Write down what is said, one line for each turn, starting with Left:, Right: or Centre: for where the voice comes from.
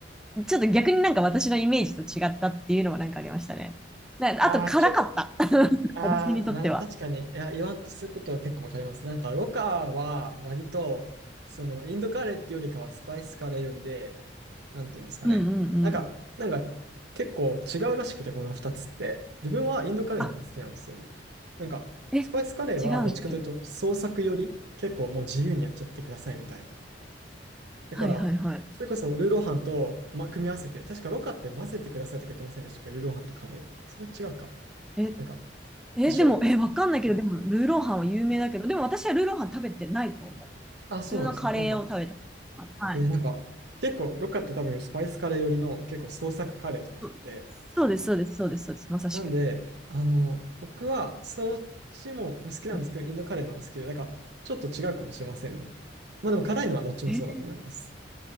Centre: ちょっと逆になんか私のイメージと違ったっていうのはなんかありましたね。なあと辛かった。
Right: ああ、ちょっ
Centre: <laughs>
Right: ああ、
Centre: 私にとっては。
Right: な、確かに、いや、言わんとすることは結構わかります。なんか、ロカは割と、その、インドカレーっていうよりかはスパイスカレーよりで、なんていうんですかね。
Centre: うんうんうん。
Right: なんか、なんか、結構違うらしくて、この2つって。自分はインドカレーの方が好きなんですよね。
Centre: あ、
Right: なんか、
Centre: え、
Right: スパイスカレーはどっちかというと、
Centre: 違うの。
Right: 創作より、結構もう自由にやっちゃってくださいみたいな。だから、
Centre: はいはいはい。
Right: それこそルーローハンと、ま、組み合わせて、確かロカって混ぜてくださいとか言ってませんでしたっけルーローハンとカレー。それは違うか。
Centre: え、
Right: なんか、
Centre: え、
Right: 一緒に、
Centre: でも、え、わかんないけど、でも、ルーローハンは有名だけど、
Right: なんか
Centre: でも私はルーローハン食べてないと思う。
Right: あ、そうなんですね。
Centre: 普通のカレーを食べた。
Right: なんか、
Centre: あはい。
Right: えーなんか、結構、ロッカって多分スパイスカレー寄りの結構創作カレーとかなんで、
Centre: そそうです、そうです、そうです、そうです、まさしく。
Right: なんで、あの、僕はそっちも好きなんですけど、
Centre: うん
Right: インドカレーの方が好きで、なんか、ちょっと違うかもしれませんね。まあでも辛いのはどっちもそうだと思います。
Centre: え、